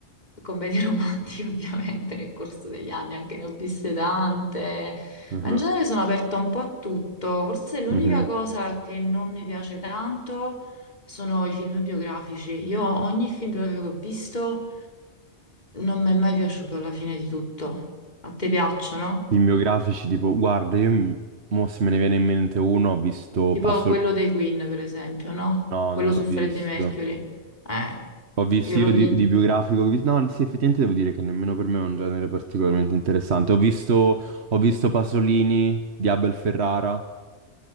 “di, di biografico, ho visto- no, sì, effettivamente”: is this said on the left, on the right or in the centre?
Right